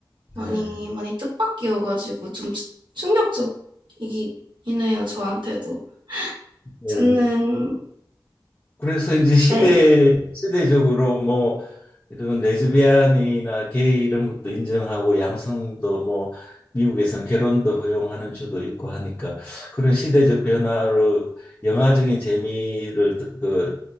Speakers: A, on the right; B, on the left.
A: 많이,
B: 네.
A: 많이 뜻밖이어가지고 좀 추- 충격적이긴 해요, 저한테도.
B: 네.
A: 저는,
B: 그래서 이제 시대
A: 네.
B: 시대적으로 뭐 이런 레즈비안이나 게이 이런 것도 인정하고 양성도 뭐 미국에서는 결혼도 허용하는 주도 있고 하니까 그런 시대적 변화로 영화적인 재미를 드- 그